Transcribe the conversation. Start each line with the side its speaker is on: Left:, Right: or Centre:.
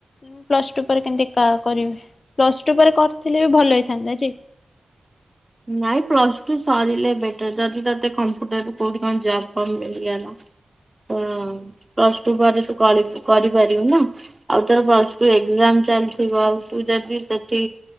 Left: ମୁଁ କହିଲି ପ୍ଲସ୍ ଟୁ ପରେ କେମତି ଏକା କରିବି ପ୍ଲସ ଟୁ ପରେ କରିଥିଲେ ବି ଭଲ ହେଇଥାନ୍ତା ଯେ।
Right: ନାଇଁ ପ୍ଲସ୍ ଟୁ ସାରିଲେ ବେଟର ଯଦି ତତେ କମ୍ପୁଟର ରୁ କୋଉଠି କଣ ଜବ୍ ଫବ୍ ମିଳିଗଲା। ହୁଁ ପ୍ଲସ୍ ଟୁ ପରେ ତୁ କଳିବୁ କରିପାରିବୁ ନା। ଆଉ ତୋର ପଲ୍ସ ଟୁ ଏଗ୍ଜାମ ଚାଲିଥିବ ଆଉ ତୁ ଯଦି ସେଠି